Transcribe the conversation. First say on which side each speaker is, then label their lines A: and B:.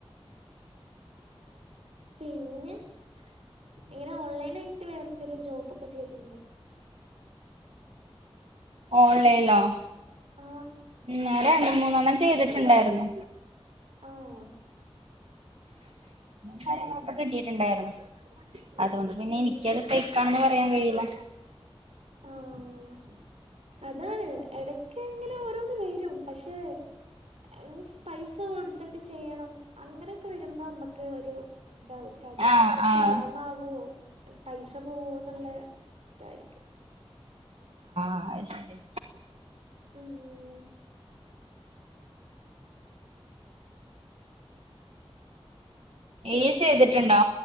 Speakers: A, on the right; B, on the right.
A: പിന്നെ. ഇങ്ങനെ ഓൺലൈൻ ആയിട്ട് വേറെന്തേങ്കിലും ജോബ് ഒക്കെ ചെയ്തിട്ടുണ്ടോ?
B: ഓൺലൈനിലോ?
A: ആഹ്
B: ഉം ഞാൻ രണ്ടു മൂന്നെണ്ണം ചെയ്തിട്ടുണ്ടായിരുന്നു.
A: ആഹ്
B: കാര്യങ്ങളൊക്കെ കിട്ടിയിട്ടുണ്ടായിരുന്നു അതുകൊണ്ട് പിന്നെ
A: ഉം
B: എനിക്ക് അത്. ഫേയ്ക്കാണെന്ന് പറയാൻ കഴിയില്ല.
A: ആഹ്. അതാണ് ഇടക്ക് ഇങ്ങനെ ഓരോന്ന് വരും പക്ഷെ. മീൻസ് പൈസ കൊടുത്തിട്ട് ചെയ്യണം അങ്ങനെയൊക്കെ വരുമ്പോ നമ്മുക്ക് ഒരു. ഇതാവും ചട്
B: ആഹ്
A: സ്കാമ്
B: ആഹ്
A: ആകുവോ പൈസ പോവോന്നുള്ള ഇതായിരിക്കും.
B: ആയ് ശരി.
A: ഉം. പിന്നെ
B: ഈയ് ചെയ്തിട്ടുണ്ടോ